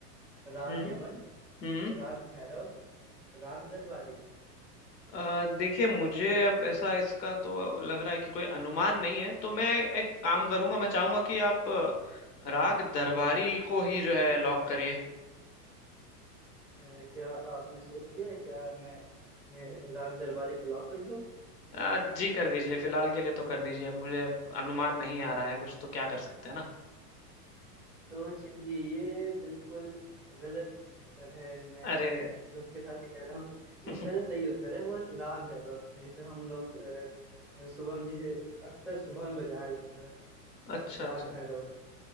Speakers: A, in the centre; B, on the left.
A: राग
B: हम्म
A: यमन
B: हम्म
A: राग भैरव राग दरबारी
B: आ, देखिए मुझे अब ऐसा इसका तो लग रहा है कि कोई अनुमान नहीं है तो मैं एक काम करूंगा मैं चाहूंगा कि आप अ, राग दरबारी को ही जो है लॉक करिए
A: अ, क्या आपने सोच लिया है क्या मैं अ, राग दरबारी को लॉक कर
B: आ, जी कर दीजिए फिलहाल के लिए तो कर दीजिए अब मुझे अनुमान नहीं आ रहा है कुछ तो क्या कर सकते हैं ना
A: तो चलिए ये बिल्कुल गलत उत्तर है मैं
B: अरे
A: दुख के साथ ही कह रहा हूँ
B: <laughs>
A: इसका जो सही उत्तर है वो है राग भैरव जिसे हम लोग अ, सुबह में जिसे अक्सर सुबह में बजाया जाता है
B: अच्छा
A: राग
B: अच्छा
A: भैरव